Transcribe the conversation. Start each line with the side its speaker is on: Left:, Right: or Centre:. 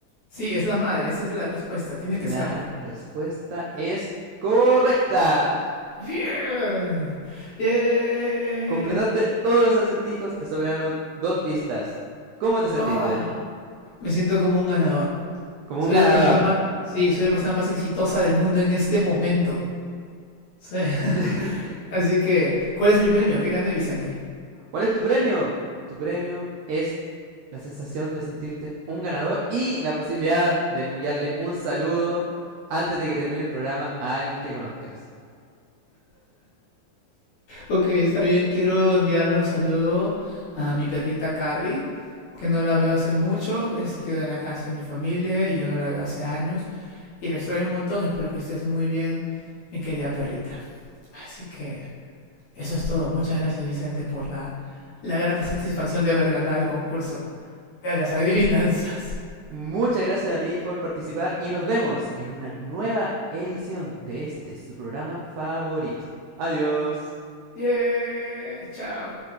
Left: Sí, es la madre, esa es la respuesta, tiene
Right: La
Left: que serlo.
Right: respuesta es correcta.
Left: ¡Bien! ¡Yeah! ¡Yeah!
Right: Completaste todos los acertijos, te sobraron dos pistas. ¿Cómo te sentiste?
Left: ¡Oh! Me siento como un ganador.
Right: Como
Left: Soy
Right: un ganador.
Left: la persona más, sí, soy la persona más exitosa del mundo en este momento. Sí. <laughs>
Right: <laughs>
Left: Así que, ¿cuál es mi premio? ¿Qué gané, Vicente?
Right: ¿Cuál es tu premio? Tu premio es la sensación de sentirte un ganador y la posibilidad de enviarle un saludo antes de que termine el programa a alguien que conozcas.
Left: Ok, está bien. Quiero enviarle un saludo a mi perrita Carrie, que no la veo hace mucho. eh, Se quedó en la casa de mi familia y yo no la veo hace años. Y la extraño un montón. Espero que estés muy bien, mi querida perrita. Así que, eso es todo. Muchas gracias, Vicente, por la, la grata satisfacción de haber ganado el concurso de las adivinanzas. <laughs>
Right: Muchas gracias a ti por participar y nos vemos en una nueva edición de este su programa favorito. Adiós.
Left: Yeah, chao.